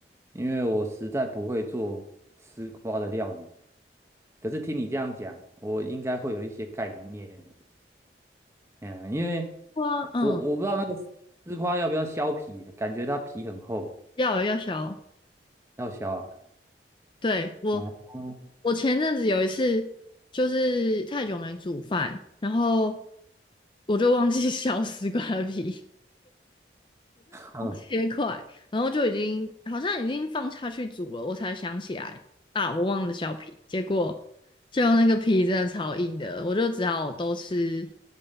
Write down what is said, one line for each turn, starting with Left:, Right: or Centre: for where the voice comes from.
Right: 因为我实在不会做丝瓜的料理。可是听你这样讲，我应该会有一些概念，嗯，因为
Left: 哇，嗯，
Right: 我我不知道那个丝瓜要不要削皮，感觉它皮很厚，
Left: 要有要小。
Right: 要削啊。
Left: 对，我，
Right: 哦，
Left: 我前阵子有一次就是太久没煮饭，然后我就忘记 <laughs> 削丝瓜皮，
Right: 嗯
Left: 切块，然后就已经好像已经放下去煮了，我才想起来啊，我忘了削皮，结果就那个皮真的超硬的，我就只好都吃，